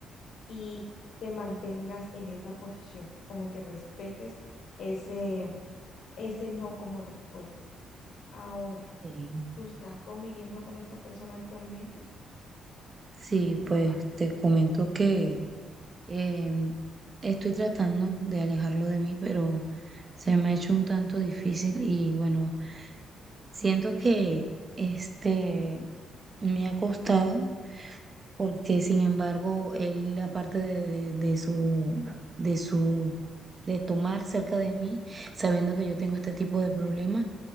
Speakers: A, on the left (about 70°); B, on the right (about 35°).
A: y te mantengas en esa posición, como que respetes ese, ese no como respuesta. Ahora,
B: Sí.
A: tú estás conviviendo con esa persona actualmente.
B: Sí, pues te comento que em, estoy tratando de alejarlo de mí, pero se me ha hecho un tanto difícil y bueno, siento que este me ha costado porque sin embargo él aparte de, de, de su de su de tomar cerca de mí, sabiendo que yo tengo este tipo de problemas,